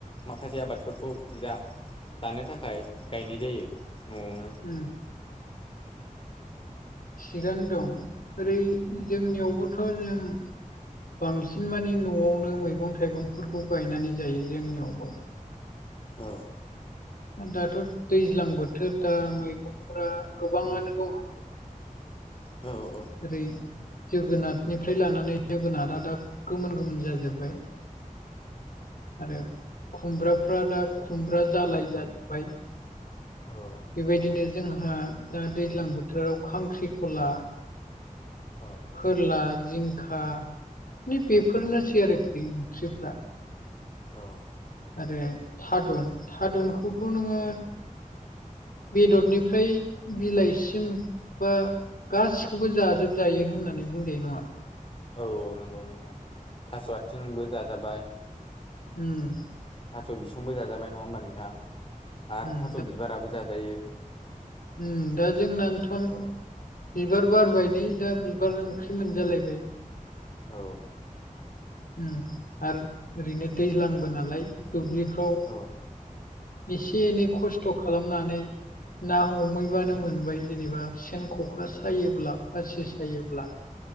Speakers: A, on the left; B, on the left.
A: माखासे आबादफोरखौ जा जानो थाखाय गायनाय जायो न'आवनो
B: <inaudible> थिगानो दं ओरै जोंनियावबोथ' जों बांसिन मानि न'आवनो मैगं थाइगंफोरखौ गायनानै जायो जोंनियावबो।
A: औ।
B: दाथ' दैज्लां बोथोर दा मैगंफोरा गोबाङानो दं।
A: औ औ
B: ओरै जोगोनारनिफ्राय लानानै जोगोनारा दा गोमोन-गोमोन जाजोबबाय। आरो खुमब्राफ्रा दा खुमब्रा जालाय जाजोबबाय।
A: औ।
B: बेबायदिनो जोंहा दा दैज्लां बोथोराव खांख्रिखला
A: औ
B: फोरला जिंखा माने बेफोरनोसै आरोखि ओंख्रिफ्रा।
A: औ
B: आरो थादुन थादुनखौथ' नोंङो बेदरनिफ्राय बिलाइसिम बा गासि खौबो जाजोबजायो होननानै बुंजायो नङा
A: औ औ नंगौ नोंथां थास' आथिंबो जाजाबाय
B: अम
A: थास' बिसंबो जाजाबाय नङा होमबा नोंथां आरो
B: उम
A: थास' बिबाराबो जाजायो।
B: अम दा जोंनानो थन
A: औ
B: बिबार बारबाय नै दा बिबार ओंख्रि मोनजालायबाय।
A: औ
B: अम आरो ओरैनो दैज्लांबो नालाय दुब्लिफो राव
A: औ
B: एसे एनै खस्थ' खालामनानै
A: <inaudible>
B: ना हमहैबानो मोनबाय जेनेबा सेन ख'खा सायोब्ला
A: औ
B: फासि सायोब्ला